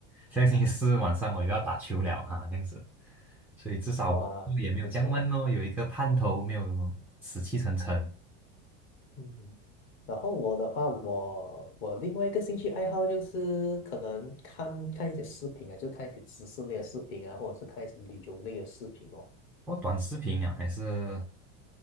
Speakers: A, in the centre; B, on the left.
A: 下个星期四晚上我又要打球了哈，这样子。所以至少工作也没有这样闷咯，
B: 哇，不错，
A: 有一个盼头，没有死气沉沉。
B: 嗯，然后我的话，我我另外一个兴趣爱好就是可能看看一些视频啊，就看一些知识类的视频啊，或者是看一些旅游类的视频哦。
A: 我短视频啊，还是